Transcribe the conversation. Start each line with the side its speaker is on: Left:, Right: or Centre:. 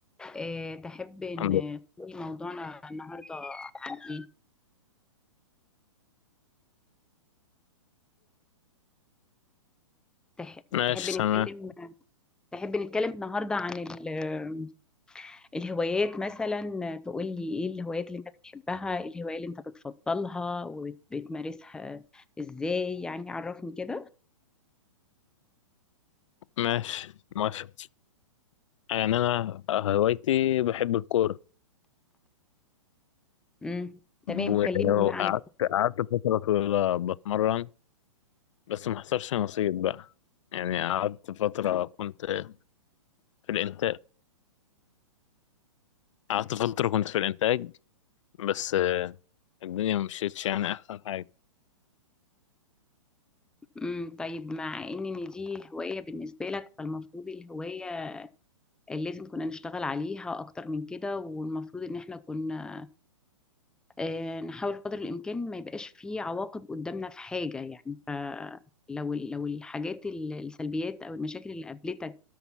Centre: أه تحب ان
Left: الحمد لله
Centre: تقولي موضوعنا النهاردة عن ايه تح-
Left: ماشي
Centre: تحب نتكلم
Left: تمام
Centre: تحب نتكلم النهاردة عن ال- الهوايات مثلا تقولي ايه الهوايات اللي انت بتحبها ايه الهواية اللي انت بتفضلها وبتمارسها ازاي يعني عرفني كده
Left: ماشي موافق يعني انا آه، هوايتي بحب الكورة
Centre: امم تمام
Left: وقعدت
Centre: كلمني بقى عن
Left: قعدت فترة طويلة بتمرن بس ما حصلش نصيب بقى يعني قعدت فترة كنت في الانتاج قعدت فترة كنت في الانتاج بس الدنيا ما مشيتش يعني احسن حاجة
Centre: امم طيب مع ان إن دي هواية بالنسبة لك فالمفروض الهواية لازم كنا نشتغل عليها اكتر من كده والمفروض ان احنا كنا آه، نحاول قدر الامكان ما يبقاش فيه عواقب قدامنا في حاجة يعني فلو ال- لو الحاجات ال- السلبيات او المشاكل اللي قابلتك